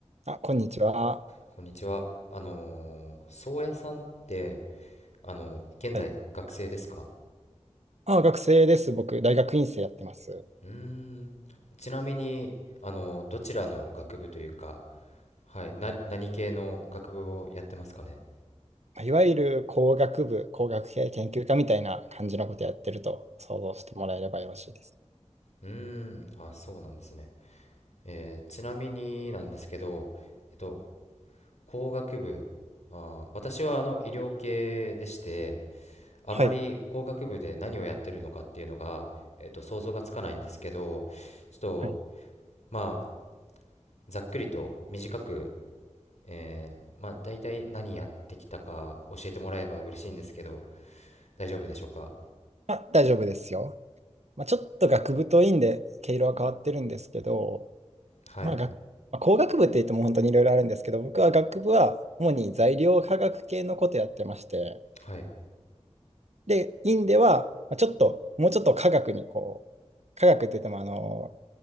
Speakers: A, on the right; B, on the left.
A: あ、こんにちは。
B: こんにちは。あのー、宗谷さんって、あのー現在学生ですか
A: はいあ、学生です。僕、大学院生やってます。
B: うーん。ちなみに、あのーどちらの学部というか、はい、な、何系の学部をやってますかね
A: いわゆる工学部、工学系研究科みたいな感じのことやってると想像してもらえればよろしいです。
B: うーん。あ、そうなんですね。えーちなみになんですけど、えっと、工学部、あー、私はあの、医療系でして、あまり工学部で何をやってるのかっていうのが、
A: はい。
B: えっと、想像がつかないんですけど、ちょっと、
A: はい
B: まあ、ざっくりと短く、えーまあ、大体何やってきたか教えてもらえば嬉しいんですけど、大丈夫でしょうか。
A: あ、大丈夫ですよ。まあ、ちょっと学部と院で毛色は変わってるんですけど、
B: はい、
A: まあ、学まあ、工学部って言っても本当にいろいろあるんですけど、僕は学部は主に材料科学系のことやってまして、
B: はい、
A: で、院ではまあちょっと、もうちょっと科学にこう、科学って言ってもあの、